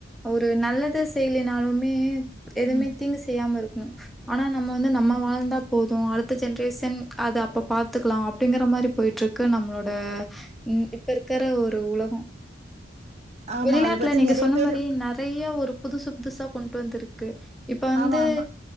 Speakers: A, in the centre; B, on the right (about 35°).
A: ஒரு நல்லது செய்லினாலுமே எதுமே
B: ம்
A: தீங்கு செய்யாம இருக்கனு ஆனா நம்ம வந்து நம்ம வாழ்ந்தா போது அடுத்த ஜென்ரேஷன் அது அப்ப பாத்துக்லா அப்டிங்கற மாரி போயிட்டுருக்கு நம்மளோட ம் இப்ப இருக்ற ஒரு உலகோ
B: ஆமா
A: வெளிநாட்ல
B: அத பத்தி
A: நீங்க
B: நெறைய
A: சொன்ன
B: பேரு
A: மாரி நெறைய ஒரு புதுசு புதுசா கொண்டு வந்திருக்கு இப்ப வந்து
B: ஆமா ஆமா